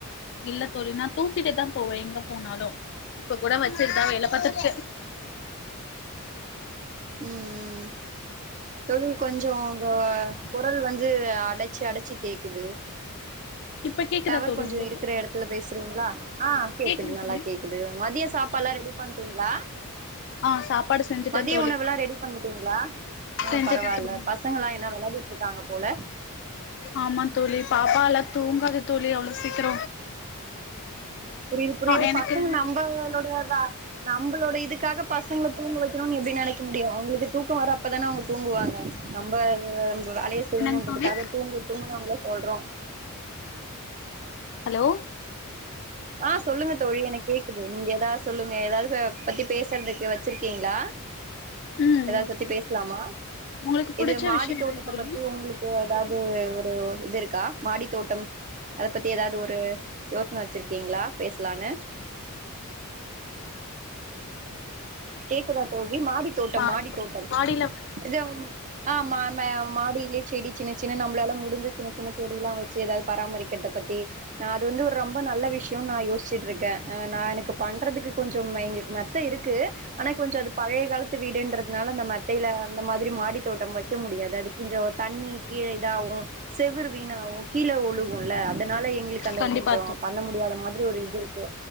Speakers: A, on the left; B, on the right.
A: இல்ல தோழி நா தூக்கிட்டுதா போவே எங்க போனாலு இப்ப கூட வச்சிட்டுதா வேலை பாத்துட்டு இருக்கே
B: ம் ம் ம் தோழி கொஞ்சோ உங்க குரல் வந்து அடைச்சு அடைச்சு கேக்குது
A: இப்ப கேக்குதா
B: டவர்
A: தோழி
B: கொஞ்ச
A: உங்களுக்கு
B: இருக்கிற இடத்துல பேசுறீங்களா ஆ கேக்குது
A: கேக்குதுங்
B: நல்லா
A: தோழி
B: கேக்கு அது மதிய சாப்பாடெல்லா ரெடி பண்ட்டீங்களா
A: ஆ சாப்பாடு செஞ்சுட்டே
B: மதிய
A: தோழி
B: உணவெல்லா ரெடி பண்ணிட்டீங்களா அ
A: செஞ்சுட்டே
B: பரவால்ல
A: தோழி
B: ப பசங்களா என்ன விளையாடிட்டு இருக்காங்க போல
A: ஆமா தோழி பாப்பா எல்லா தூங்காது தோழி அவ்ளோ சீக்கிர
B: புரியுது புரியுது
A: எனக்கு
B: பசங்க நம்பளுடையத நம்மளோட இதுக்காக பசங்கள தூங்க வைக்கணும்னு எப்படி நினைக்க முடியும் அவங்களுக்கு தூக்கோ வர அப்பதானே அவங்க தூங்குவாங்க நம்போ வேலய செய்ணுன்றதுக்காக
A: என்னங் தோழி
B: தூங்கு தூங்குன்னு அவங்ள சொல்றோ
A: ஹலோ
B: ஆ சொல்லுங்க தோழி எனக்கு கேக்குது நீங்க ஏதாவது சொல்லுங்க ஏதாவது பத்தி பேசுறதுக்கு வச்சிருக்கீங்களா
A: ம்
B: ஏதாவ்து பத்தி பேசலாமா
A: உங்களுக்கு புடிச்ச
B: இது மாடி
A: விஷ்யோ
B: தோட்டத்த
A: என்னங் தோழி
B: பத்தி உங்குளுக் ஏதாவது ஒரு இது இருக்கா மாடி தோட்டம் அதை பத்தி ஏதாவது ஒரு யோசனை வச்சிருக்கீங்களா பேசலான்னு கேக்குதா தோழி மாடி தோட்டம்
A: மா
B: மாடி தோட்டம்
A: மாடில
B: இத ஆமா மா மாடியிலயே செடி சின்ன சின்ன நம்மளால முடிஞ்ச சின்ன சின்ன செடி எல்லா வச்சு ஏதாவது பராமரிக்கிறத பத்தி நா அது வந்து ஒரு ரொம்ப நல்ல விஷயம்னு நா யோசிச்சிட்டு இருக்கே அ நா எனக்கு பண்றதுக்கு கொஞ்சம் மயங் மத்த இருக்கு ஆனா கொஞ்ச அது பழைய காலத்து வீடுன்றது அன்னால அந்த மத்தைல அந்த மாதிரி மாடி தோட்டம் வெக்க முடியாது அதுக்குஞ்சோ தண்ணி கீழே இதாகோ செவுறு வீணாவு கீழ ஒழுகும்ல்ல அதனால எங்களுக்கு அந்த
A: கண்டிப்பா
B: கொஞ்ச
A: தோ
B: பண்ண முடியாத மாதிரி ஒரு இது இருக்கு